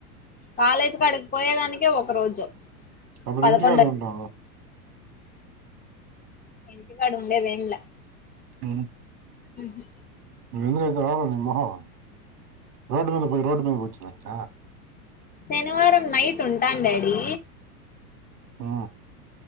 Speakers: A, on the left; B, on the right.
A: కాలేజ్ కాడికిపోయేదానికే ఒక రోజు
B: అప్పుడు
A: పదకొండ
B: ఇంటికాడ ఉంటాము
A: ఇంటికాడ ఉండేద ఏంలా
B: ఉహు
A: ఉహు
B: నువ్వు ఎందుకైతే రావో నీ మొహం రోడ్డు మీద పోయి రోడ్డు మీద వచ్చినాక
A: శనివారం నైట్ ఉంటాను డాడీ
B: ఆ